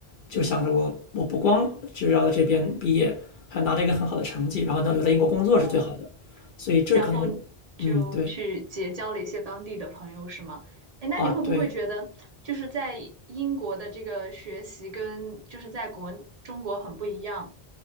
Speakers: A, on the left (about 60°); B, on the right (about 45°).
A: 就想着我，我不光就要在这边毕业，还拿到一个很好的成绩，然后能留在英国工作是最好的。
B: 哦，
A: 所以这可能，
B: 然后你就去结交了一些当地的朋友，
A: 嗯，对
B: 是吗？哎，那你会不会觉得，
A: 啊，对
B: 就是在英国的这个学习跟就是在国中国很不一样？